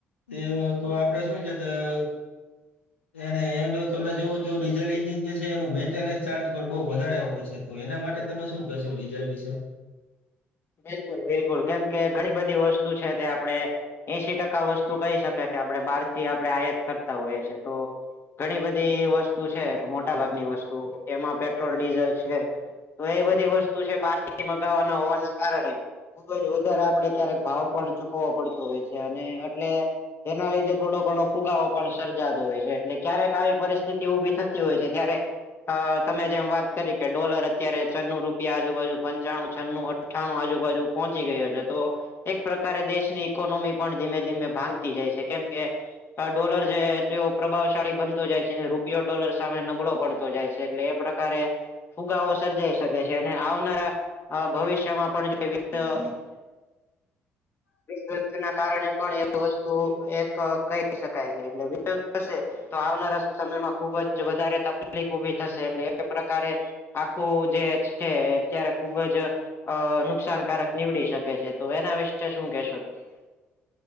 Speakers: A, on the left; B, on the left.
A: એ તો આપડે શું છે તો- એને એનું તમે જોવો જો ડીઝલ ન્જિન જે છે એનું મેન્ટેનન્સ ચાર્જ પણ બઉુ વધારે હોય છે. તો એના માટે તમે શું કેહેશો ડીઝલ વિશે-
B: બિલકુલ બિલકુલ કેમ કે ઘણી બધી વસ્તુ છે તે આપડણે- એસી ટકા વસ્તુ કહી શકાય કે આપણે બાર થી આપણે આયાત કરતા હોઈએ છે છીએ તો- ઘણી બધી વસ્તુ છે મોટા ભાગની વસ્તુ એમાં પેટ્રોલ ડીઝલ છે. તો એ બધી વસ્તુ છે. બહાર થી મગાવવાના હોવાના કારણે- ખુબ જ વધારે આપડે ક્યારેક ભાવ પણ ચૂકવવો પડતો હોય છે. અને એટલે- એના લીધે થોડો ઘણો ફુગાવો પણ સર્જાતો હોય છે. એટલે ક્યારેક આવી પરિસ્થિતિ ઉભી થતી હોય છે. ત્યારે- અ તમે જેમ વાત કરી કે ડોલર અત્યારે છન્નું રૂપિયા આજુબાજુ પંચાણું છન્નું- અથાણું આજુબાજુ પહોંચી ગયો છે તો- એક પ્રકારે દેશની ઇકોનોમી પણ ધીમે ધીમે ભાંગતી જાય છે કેમ કે- ડોલર જે તે પ્રભાવશાળી બનતો જાય છે. અને રૂપિયો ડોલર સામે નબળો પડતો જાય છે એટલે એ- પ્રકારે ફુગાો સર્જાઈ શકે છે અને આવનારા- અ ભવિષ્યમાં પણ જો એ- ના કારણે પણ એ - તું એક કહી શકાય છે એટલે વિધ થશે- તો આવનારા સમયમાં ખુબ જ વધારે તકલીફ ઊભી થશે એટલે એ પ્રકારે- આખું જે છે અત્યારે ખુબ જ- અ નુકસાનકારક નીવડી શકે છે. તો એના વિશે શું કેશો તમે-